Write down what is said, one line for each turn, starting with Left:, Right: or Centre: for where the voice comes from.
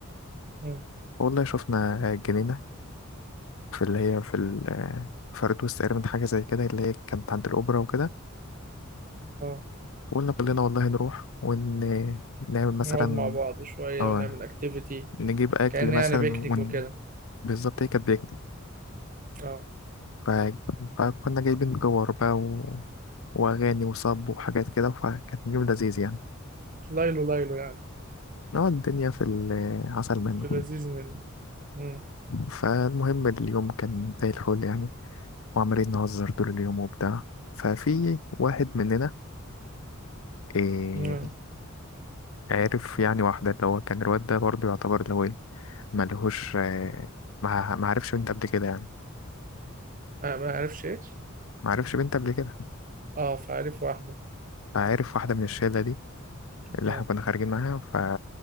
Right: امم
Left: والله شفنا جنينة في اللي هي في ال فردوس تقريبا حاجة زي كده اللي هي كانت عند الأوبرا وكده
Right: اه
Left: وقلنا كلنا والله نروح ونعمل مثلا
Right: نقعد مع بعض شوية
Left: اه
Right: ونعمل اكتيفيتي
Left: نجيب أكل
Right: كأن
Left: مثلا
Right: يعني بيكنيك
Left: ون...
Right: وكده
Left: بالظبط هي كانت بيك
Right: اه
Left: ف... فكنا جايبين جوار بقى و... وأغاني وصب وحاجات كده فكان يوم لذيذ يعني
Right: ليلو ليلو يعني
Left: نقعد الدنيا في العسل منه
Right: في لذيذ منه امم
Left: فالمهم اليوم كان زي الفل يعني وعمالين نهزر طول اليوم وبتاع ففي واحد مننا إيه
Right: امم
Left: عرف يعني واحدة اللي هو كان الواد ده برضه يعتبر اللي هو ايه ملهوش آه، ما ما عرفش بنت قبل كده يعني
Right: ما ما عارفش ايه
Left: ما عرفش بنت قبل كده
Right: اه فعارف واحدة
Left: فعرف واحدة من الشلة دي اللي
Right: اه
Left: احنا كنا خارجين معاها ف